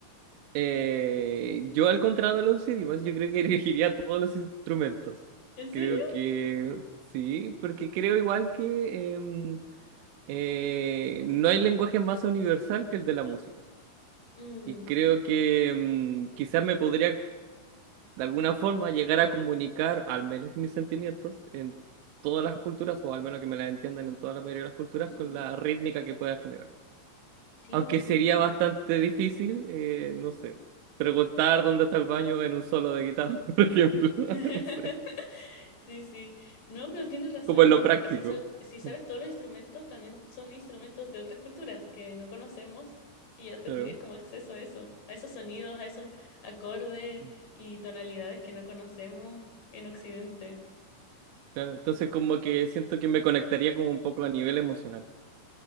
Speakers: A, on the right; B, on the left.
A: Eh, yo al contrario de los idiomas, yo creo que <laughs> elegiría todos los instrumentos.
B: ¿En serio?
A: Creo que sí, porque creo igual que em, eh, no hay lenguaje más universal que el de la música.
B: Mm,
A: Y creo que mm, quizás me podría de alguna forma llegar a comunicar al menos mis sentimientos en todas las culturas, o al menos que me las entiendan en toda la mayoría de las culturas,
B: ujú.
A: con la rítmica que pueda generar.
B: Sí,
A: Aunque
B: buen punto.
A: sería bastante difícil, eh, no sé, preguntar dónde está el baño en un solo de guitarra, <laughs> por ejemplo, <laughs>
B: <laughs>
A: no sé,
B: Sí, sí. No, pero tienes razón,
A: como en
B: y además
A: lo práctico.
B: porque si, sa- si sabes
A: mm,
B: todos los instrumentos, también son instrumentos de otras culturas que no conocemos y ya tendrías
A: Claro,
B: como acceso a eso, a esos sonidos, a esos acordes
A: mm,
B: y tonalidades que no conocemos en Occidente.
A: claro. Entonces como que siento que me conectaría como un poco a nivel emocional.